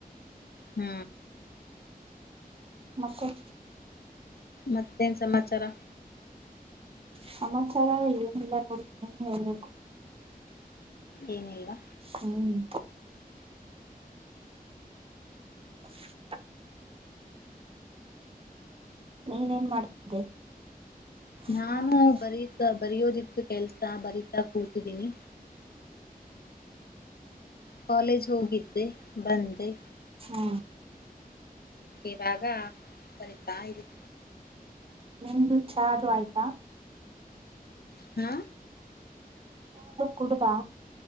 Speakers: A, on the left (about 80°); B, on the right (about 35°).
A: ಹ್ಮ್
B: ಮತ್ತೆ
A: ಮತ್ತೇನ್ ಸಮಾಚಾರ
B: ಸಮಾಚಾರ ಏನಿಲ್ಲ ನೋಡ್ ಹೇಳ್ಬೇಕು
A: ಏನಿಲ್ವಾ
B: ಹ್ಮ್ <unintelligible> ನೀನ ಏನ್ ನ್ ಮಾಡ್ತಿದ್ದೆ ಹ್ಮ್
A: ನಾನು ಬರೀತ ಬರಯೋದಿತ್ತು ಕೆಲ್ಸ ಬರೀತಾ ಕೂತಿದೀನಿ ಕಾಲೇಜ ಹೋಗತ್ತೆ ಬಂದ
B: ಹ್ಮ
A: ಇವಾಗ ಸರಿತಾ ಇಲ್ಲಿ
B: ನಿಮ್ದು ಚಾ ಅದು ಆಯ್ತಾ
A: ಹ್ಮ
B: ಕುಡದಾ